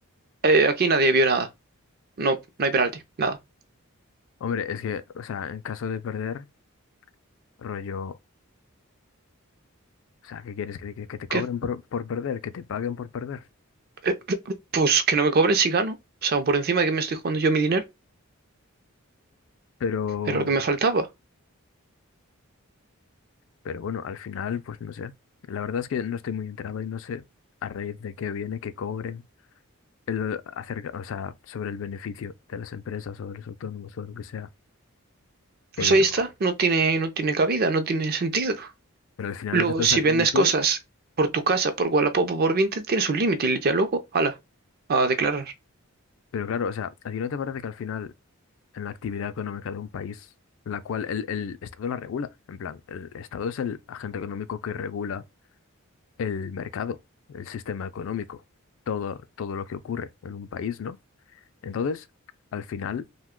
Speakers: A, on the right; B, on the left.
A: eh, aquí nadie vio nada. No, no hay penalti, nada.
B: Hombre, es que, o sea, en caso de perder, rollo. O sea, ¿qué quieres? ¿Que, que- que te cobren
A: ¿Qué?
B: por, por perder? ¿Que te paguen por perder?
A: Eh, pues que no me cobren si gano. O sea, por encima de que me estoy jugando yo mi dinero,
B: Pero,
A: era lo que me faltaba.
B: pero bueno, al final, pues no sé. La verdad es que no estoy muy enterado y no sé a raíz de qué viene que cobren el acerca, o sea, sobre el beneficio de las empresas, sobre los autónomos, sobre lo que sea. Pero,
A: Pues ahí está, no tiene, no tiene cabida, no tiene sentido.
B: pero al final
A: Luego,
B: lo que estás
A: si
B: haciendo
A: vendes
B: tú,
A: cosas por tu casa, por Wallapop o por Vinted, tienes un límite y ya luego, ala, a declarar.
B: pero claro, o sea, ¿a ti no te parece que al final en la actividad económica de un país, la cual el, el Estado la regula? En plan, el Estado es el agente económico que regula el mercado, el sistema económico, todo, todo lo que ocurre en un país, ¿no? Entonces, al final,